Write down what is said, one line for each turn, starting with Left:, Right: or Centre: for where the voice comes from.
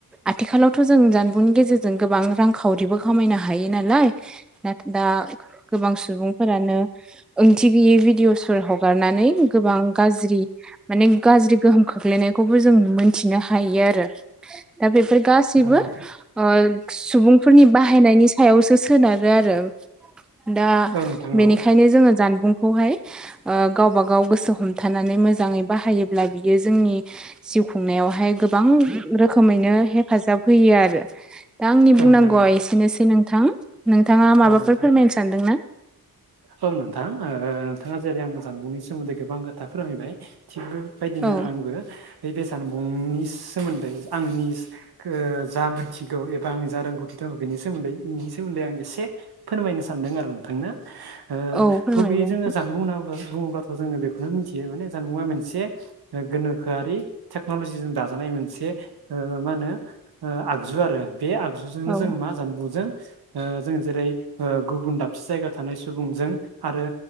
Centre: आथिखालावथ' जों जानबुंनि गेजेरजों गोबां रांखावरिबो खामायनो हायो नालाय। ना दा गोबां सुबुंफोरानो ओंथि गैयै भिडिअ'सफोर हगारनानै गोबां गाज्रि माने गाज्रि गोहोम खोख्लैनायखौबो जों मोनथिनो हायो आरो। दा बेफोर गासैबो
Right: औ नोंथां औ नोंथां औ नोंथां औ नोंथां औ
Centre: ओ सुबुंफोरनि बाहायनायनि सायावसो सोनारो आरो। दा
Right: औ नोंथां
Centre: बेनिखायनो
Right: औ
Centre: जोङो जानबुंखौहाय ओ गावबा गाव गोसो हमथानानै मोजाङै बाहायोब्ला बियो जोंनि जिउ खुंनायावहाय गोबां रोखोमैनो हेफाजाब होयो आरो। दा आंनि बुंनांगौआ
Right: औ नोंथां औ
Centre: एसेनोसै नोंथां नोंथाङा माबाफोर
Right: औ नोंथां
Centre: फोरमायनो सानदों ना?
Right: औ नोंथां ओ नोंथाङा जेरै आंनो जानबुंनि सोमोन्दै गोबां खोथा फोरमायबाय थिग बे बायदिनो
Centre: औ
Right: आंबो बे जानबुंनि सोमोन्दै आंनि ओ जा मोनथिगौ एबा आंनि जा रोंगौथि दं बेनि सोमोन्दै बिनि सोमोन्दै आं एसे फोरमायनो सानदों आरो नोंथांनो। ओ
Centre: औ फोरमायदों
Right: गुबैयै जोङो जानबुं होनना बुंब्ला बुङोब्ला थ' जोङो बेखौनो मिथियो माने जानबुंआ मोनसे गोनोखोआरि टेक्न'लजिजों दाजानाय मोनसे ओ मा होनो ओ आगजु आरो बे आगजुजोंनो
Centre: औ
Right: जों मा जानबुंजों ओ जों जेरै ओ गुबुन दाबसे जायगायाव थानाय सुबुंजों आरो